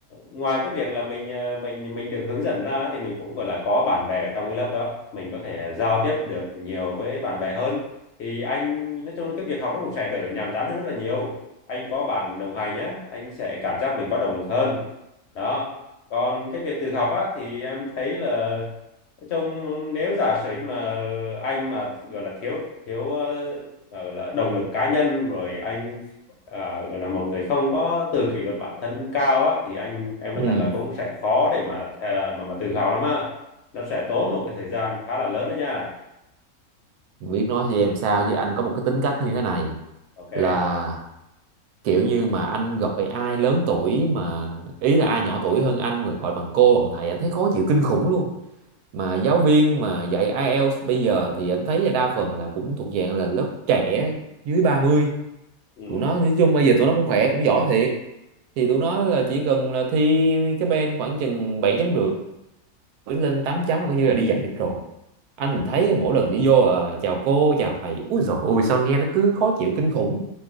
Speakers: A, on the left; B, on the right.
A: ngoài cái việc là mình ờ, mình mình được hướng dẫn ra thì mình cũng gọi là có bạn bè ở trong cái lớp đó mình có thể giao tiếp được nhiều với bạn bè hơn thì anh nói chung là cái việc học nó cũng sẽ đỡ nhàm chán hơn rất là nhiều anh có bạn đồng hành nhé anh sẽ cảm giác mình có động lực hơn đó còn cái việc tự học á thì em thấy là nói chung nếu giả sử nhưng mà anh mà gọi là thiếu thiếu ờ, gọi là động lực cá nhân rồi anh à, gọi là một người không có tự kỷ luật bản thân cao á thì anh em nói
B: ừ
A: thật là cũng sẽ khó để mà thè- mà mà tự hào lắm á nó sẽ tốn một cái thời gian khá là lớn đó nha
B: biết nói với em sao chứ anh có một cái tính cách như thế này
A: ok
B: là kiểu như mà anh gọi ai lớn tuổi mà ý là ai nhỏ tuổi hơn anh mà gọi bằng cô bằng thầy anh thấy khó chịu kinh khủng luôn mà giáo viên mà dạy IELTS bây giờ thì anh thấy là đa phần là cũng thuộc dạng là lớp trẻ dưới ba mươi
A: ừ.
B: tụi nó nói chung bây giờ tụi nó cũng khỏe cũng giỏi thiệt thì tụi nó là chỉ cần là thi cái bên khoảng chừng bảy chấm rưỡi cứ lên 8 chấm là coi như là đi dạy được rồi anh thấy mỗi lần đi vô ờ, chào cô chào thầy úi dồi ôi sao nghe nó cứ khó chịu kinh khủng